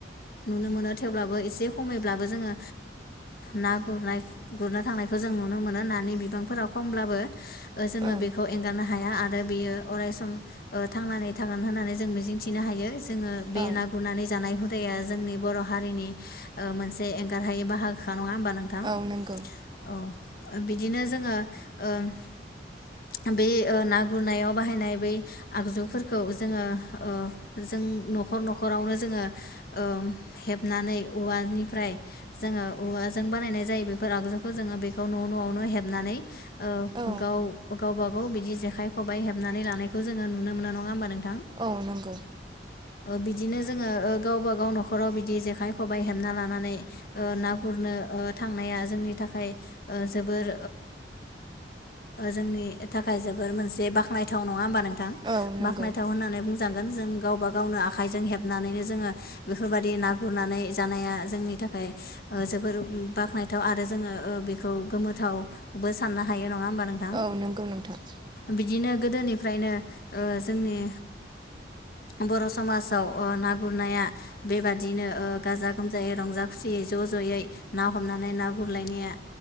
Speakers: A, on the left (about 55°); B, on the right (about 25°).
A: नुनो मोनो थेवब्लाबो एसे खमैब्लाबो ओ जोङो ना गुरनाय गुरनो थांनायखौ जों नुनो मोनो नानि बिबांफोरा खमब्लाबो जोङो
B: औ
A: बेखौ एंगारनो हाया आरो आरो बियो अरायस थांनानै थागोन होननानै जों मिजिंथिनो हायो। जोङो बे
B: औ
A: ना गुरनानै जानाय जोंनि बर' हारिनि ओ मोनसे एंगार हायै बाहागोखा नङा हब नोंथां
B: औ नंगौ
A: औ बिदिनो जोङो ओ बे ओ ना गुरनायाव बाहायनाय बै आगजुफोर खौ जोङो ओ जों न'खर न'खरावनो जोङो ओ हेबनानै औवानिफ्राय जोङो औवाजों बानायनाय जायो बेफोर आगजुखौ जोङो बेखौ न' न'आवनो हेबनानै। ओ
B: औ
A: गाव गावबा बिदि जेखाइ खबाइ हेबनानै लानायखौ जोङो नुनो मोनो नङा मामबा नों
B: औ नंगौ।
A: बिदिनो जोङो गावबा गाव न'खराव बिदि जेखाइ खबाइ हेबना लानानै ना गुरनो थांनाया जोंनि थाखाय जोबोर जोंनि थाखाय जोबोर मोनसे बाख्नायथाव नङा होमबा नों- थां
B: औ नंगौ
A: बाखनायथाव होननानै बुंजांगोन जों गावबा गावनो आखाइजों हेबनानैनो जोङो बेफोरबायदि ना गुरनानै जानाया जोंनि थाखाय जोबोर बाख्नायथाव आरो जोङो बेखौ गोमोथावबो साननो हायो नङा- होनबा नोंथां
B: औ नंगौ नोंथां
A: बिदिनो गोदोनिफ्रायनो जोंनि बर' समाजाव ना गुरनाया बेबादिनो गाजा गोमजायै रंजा खुसियै ज' ज'यै ना हमनानै ना गुरलायनाया